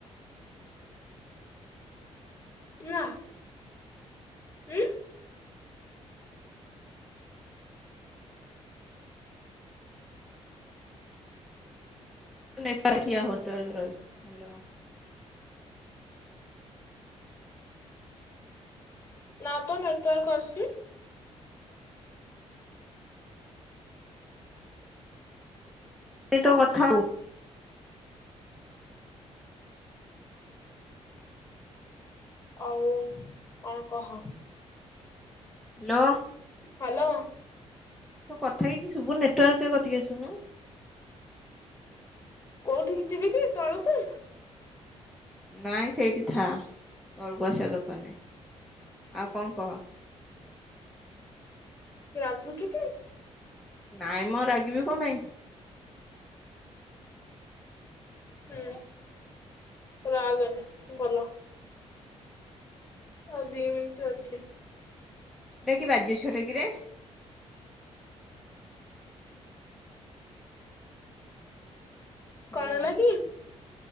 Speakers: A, on the left (about 20°); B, in the centre.
A: ନାଁ। ଉଁ?
B: ଉ ନେଟୱାର୍କ ଠିଆ ହୋଇ ନେଟୱାର୍କର।
A: ନାଁ ତ ନେଟୱାର୍କ ଅଛି।
B: ଏ ତୋ କଥା ଉ
A: ଆଉ କଣ କହ।
B: ହେଲୋ।
A: ହାଲୋ।
B: ତୋ କଥା କିଛି ଶୁବୁନି ନେଟୱାର୍କକେ କତିିକି ଆସୁନୁ।
A: କୋଉଠିକି ଯିବି କି ତଳୁକୁ?
B: ନାଇଁ ସେଇଠି ଥାଆ ତଳୁକୁ ଆସିବା ଦରକାର ନାଇଁ। ଆଉ କଁ କହ।
A: ତୁ ରାଗୁଚୁ କି?
B: ନାଇଁ ମ ରାଗିବି କ ମାଇଁ?
A: ହୁଁ ତୁ ରାଗେନି ଭଲ। ଆଉ ଦି ମିଣ୍ଟି ଅଛି।
B: ଏଇଟା କି ବାଜି୍ୟ ଛୁଆଟା କିରେ? ହ୍ୟାଲୋ
A: କଣ ହେଲା କି